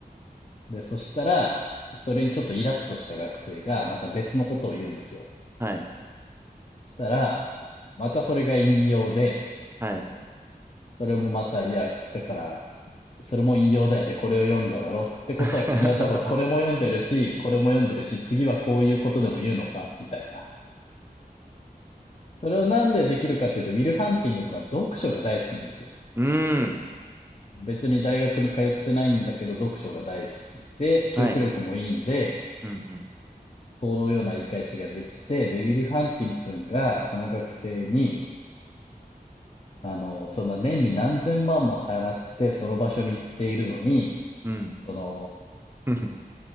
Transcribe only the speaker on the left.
で、そしたら、それにちょっとイラッとした学生が、また別のことを言うんですよ。
したら、またそれが引用で、
それもまた、いや、だから、それも引用だよね。これを読んだだろってことは、
君は多分これも読んでるし、これも読んでるし、次はこういうことでも言うのかみたいな。それをなんでできるかっていうと、ウィル・ハンティング君は読書が大好きなんですよ。
別に大学に通ってないんだけど、読書が大好きで、記憶力もいいんで、
そのような言い返しができて、で、ウィル・ハンティン君が、その学生に、あの、そんな年に何千万も払って、その場所に行っているのに、
その、